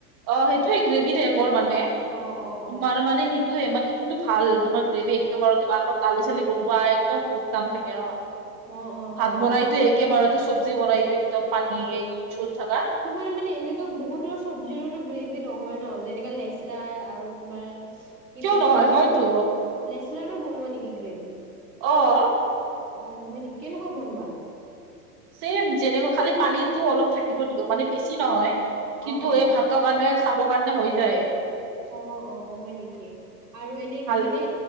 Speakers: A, on the right; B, on the right.
A: অ সেইটোয়ে গ্ৰেভি টাইপৰ মানে
B: অ', অ', অ',
A: তোমাৰ মানে সি টোৱে মানে কিন্তু ভাল তোমাৰ গ্ৰেভি একেবাৰুতে আকৌ দালি চালি বনোৱা একদম বহুত কাম থাকে ন।
B: অ', অ', হয়
A: ভাত বনাই
B: সেইটোতো
A: দিওঁ
B: হয়।
A: একেবাৰতে চব্জি বনাই দিওঁ একদম পানী একদম জুল থাকা।
B: তোমাৰ মানে এনেতো বহুতো আছে। চব্জিৰোতো গ্ৰেভি নহয় ন যেনেকা লেচৰা আৰু তোমাৰ
A: কিয়
B: কিবা
A: নহয়
B: কিবি
A: হয়তো
B: যেনেকুৱা লেচেৰাৰো বনোৱা নেকি গ্ৰেভি।
A: অ',
B: অ', হয়, নেকি কেনেকুৱা বনোৱা।
A: চছেম যেনেকা খালি পানীতো অলপ থাকিব। দিব মানে বেছি নহয় কিন্তু
B: অ', অ',
A: এই ভাত কাৰণে খাব কাৰণে হৈ যায়।
B: অ', অ', হয়, নেকি আৰু এনে
A: ভালকে
B: মানে